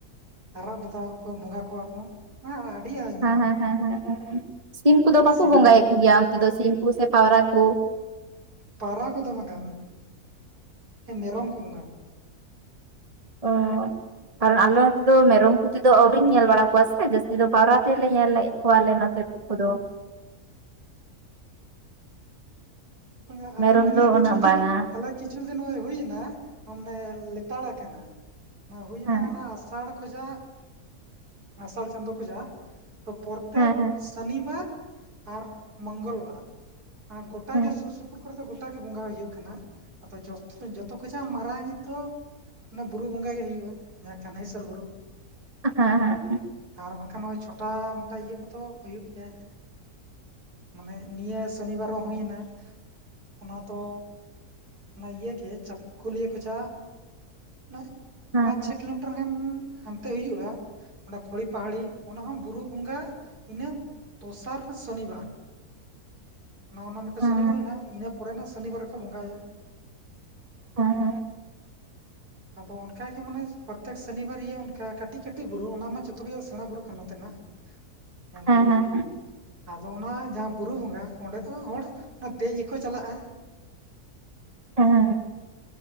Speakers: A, on the right (about 85°); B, on the right (about 25°).
A: ᱟᱨᱟᱜ ᱵᱚᱫᱟ ᱠᱚ ᱵᱚᱸᱜᱟ ᱠᱚᱣᱟ ᱠᱚ ᱟᱹᱰᱤ ᱟᱭᱢᱟ
B: ᱦᱮᱸ ᱦᱮᱸ ᱦᱮᱸ ᱥᱤᱢ ᱠᱚᱫᱚ
A: ᱟᱨ ᱥᱤᱢ
B: ᱵᱟᱠᱚ ᱵᱚᱸᱜᱟᱭ ᱜᱮᱭᱟ ᱚᱱᱛᱮ ᱫᱚ ᱥᱤᱢ ᱠᱚ ᱥᱮ ᱯᱟᱣᱨᱟ ᱠᱚ
A: ᱯᱟᱣᱨᱟ ᱠᱚᱫᱚ ᱵᱟᱝ-ᱟ ᱦᱮᱸ ᱢᱮᱨᱚᱢ ᱠᱚ ᱵᱚᱸᱜᱟ
B: ᱚᱸ ᱠᱟᱨᱚᱱ ᱟᱞᱮ ᱱᱚᱛᱮ ᱫᱚ ᱢᱮᱨᱚᱢ ᱠᱚ ᱛᱮᱫᱚ ᱟᱹᱣᱨᱤᱧ ᱧᱮᱞ ᱵᱟᱲᱟ ᱠᱚᱣᱟ ᱥᱮ ᱡᱟᱹᱥᱛᱤ ᱫᱚ ᱯᱟᱣᱨᱟ ᱛᱮᱞᱮ ᱧᱮᱞᱮᱫ ᱠᱚᱣᱟᱞᱮ ᱱᱚᱛᱮ ᱟᱫᱚ ᱾ <unintelligible>
A: ᱯᱤᱭᱟᱹ ᱟᱞᱮ
B: ᱢᱮᱨᱚᱢ
A: ᱱᱤᱭᱟᱹ
B: ᱫᱚ
A: ᱠᱤᱪᱷᱩ
B: ᱩᱱᱟᱹᱜ
A: ᱫᱤᱱ
B: ᱵᱟᱝᱟ
A: ᱟᱞᱮ ᱠᱤᱪᱷᱩ ᱫᱤᱱ ᱱᱚᱜᱚᱭ ᱦᱩᱭᱱᱟ ᱢᱟᱱᱮ ᱞᱮᱛᱟᱲ ᱟᱠᱟᱱᱟ ᱦᱩᱭ ᱮᱱᱟ
B: ᱦᱮᱸ
A: ᱚᱱᱟ ᱟᱥᱟᱲ ᱠᱷᱚᱡᱟᱜ ᱟᱥᱟᱲ ᱪᱟᱸᱫᱳ ᱠᱷᱚᱡᱟᱜ ᱛᱚ ᱯᱚᱨᱛᱮᱠ
B: ᱦᱮᱸ ᱦᱮᱸ
A: ᱥᱟᱱᱤᱵᱟᱨ ᱟᱨ ᱢᱚᱝᱜᱚᱞ ᱵᱟᱨ ᱜᱚᱴᱟ
B: ᱦᱮᱸ
A: ᱜᱮ ᱥᱩ ᱥᱩᱨ ᱥᱩᱯᱩᱨ ᱠᱚᱨᱮ ᱫᱚ ᱜᱚᱴᱟᱜᱮ ᱵᱚᱸᱜᱟ ᱤᱭᱟᱹᱜ ᱠᱟᱱᱟ ᱟᱫᱚ ᱡᱚᱛ ᱡᱚᱛᱚ ᱠᱷᱚᱡᱟᱜ ᱢᱟᱨᱟᱝ ᱤᱡ ᱫᱚ ᱚᱱᱟ ᱵᱩᱨᱩ ᱵᱚᱸᱜᱟ ᱜᱮ ᱦᱩᱭᱩᱜᱼᱟ ᱡᱟᱦᱟᱸ ᱠᱟᱱᱦᱟᱹᱭᱥᱚᱨ ᱵᱩᱨᱩ
B: ᱦᱮᱸ ᱦᱮᱸ ᱦᱮᱸ
A: ᱟᱨ ᱵᱟᱝᱠᱷᱟᱱ ᱱᱚᱜᱼᱚᱭ ᱪᱷᱚᱴᱟ ᱢᱚᱴᱟ ᱤᱭᱟᱹ ᱠᱚᱫᱚ ᱦᱩᱭᱩᱜ ᱜᱮᱭᱟ᱾ ᱢᱟᱱᱮ ᱱᱤᱭᱟᱹ ᱥᱚᱱᱤᱵᱟᱨ ᱦᱚᱸ ᱦᱩᱭᱮᱱᱟ᱾ ᱚᱱᱟ ᱫᱚ ᱚᱱᱟ ᱤᱭᱟᱹ ᱜᱮ ᱪᱟᱹᱠᱩᱞᱤᱭᱟᱹ ᱠᱷᱚᱡᱟᱜᱼᱼ ᱚᱱᱟᱜ
B: ᱦᱮᱸ
A: ᱯᱟᱸᱪ ᱪᱷᱚ ᱠᱤᱞᱳᱢᱤᱴᱟᱨ ᱜᱟᱱ ᱦᱟᱱᱛᱮ ᱦᱩᱭᱩᱜᱼᱟ ᱚᱱᱰᱮ ᱠᱷᱚᱲᱤ ᱯᱟᱦᱟᱲᱤ ᱚᱱᱟ ᱦᱚᱸ ᱵᱩᱨᱩ ᱵᱚᱸᱜᱟ ᱤᱱᱟᱹ ᱫᱚᱥᱟᱨ ᱥᱚᱱᱤᱵᱟᱨ ᱚᱱᱜᱚ ᱱᱟ ᱢᱤᱫᱴ
B: ᱦᱮᱸ
A: ᱥᱚᱱᱤᱵᱟᱨ ᱦᱩᱭᱮᱱᱟ ᱤᱱᱟᱹ ᱯᱚᱨᱮᱱᱟᱜ ᱥᱚᱱᱤᱵᱟᱨ ᱨᱮᱠᱚ ᱵᱚᱸᱜᱟᱭᱟ᱾
B: ᱦᱮᱸ ᱦᱮᱸ
A: ᱟᱫᱚ ᱚᱱᱠᱟᱜᱮ ᱢᱟᱱᱮ ᱯᱨᱚᱛᱮᱠ ᱥᱚᱱᱤᱵᱟᱨ ᱤᱭᱟᱹ ᱚᱱᱠᱟ ᱠᱟᱹᱴᱤᱡ ᱠᱟᱹᱴᱤᱡ ᱵᱩᱨᱩ ᱚᱱᱟ ᱢᱟ ᱡᱚᱛᱚ ᱠᱷᱚᱡᱟᱜ ᱥᱮᱬᱟ ᱵᱩᱨᱩ ᱠᱟᱱᱟ ᱱᱚᱛᱮᱱᱟᱜ
B: <inaudible>
A: ᱡᱟ ᱵᱩᱨᱩ
B: ᱦᱮᱸ
A: ᱤᱭᱟᱹ ᱠᱟᱱᱟ ᱟᱫᱚ ᱚᱱᱟ ᱡᱟᱦᱟᱸ ᱵᱩᱨᱩ ᱵᱚᱸᱜᱟ ᱚᱸᱰᱮ ᱫᱚ ᱦᱚᱲ ᱚᱱᱟ ᱫᱮᱡ ᱜᱮᱠᱚ ᱪᱟᱞᱟᱜᱼᱟ
B: ᱦᱮᱸ